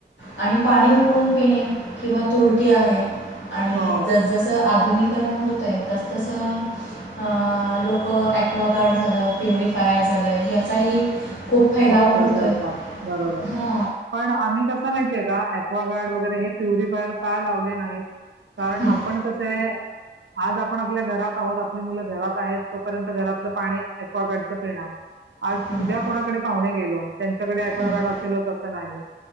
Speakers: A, on the left (about 80°); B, on the right (about 80°).
A: आणि पाणी उकळून पिणे. किंवा तुरटी आहे. आणि
B: हो,
A: जसजसं आधुनिक करण होतय तस तस अ लोक ऍकवा गार्ड झालं. प्युरिफायर झालं. याचाही खूप फैलाव
B: वापर
A: होतोय.
B: करतात. बरोबर.
A: हा
B: पण आम्ही कसं माहिती ये का ऍक्वागार्ड वगैरे हे प्युरिफायर का लावले नाहीत. कारण
A: हं,
B: आपण तसे आज आपण आपल्या घरात आहोत. आपली मुलं घरात आहेत. तोपर्यंत घरातलं पाणी ऍक्वागार्डचं पिणार आज
A: हं,
B: उद्या कोणाकडे पाहुणे गेलो. त्यांच्याकडे ऍक्वागार्ड
A: हं,
B: असेल असं नाही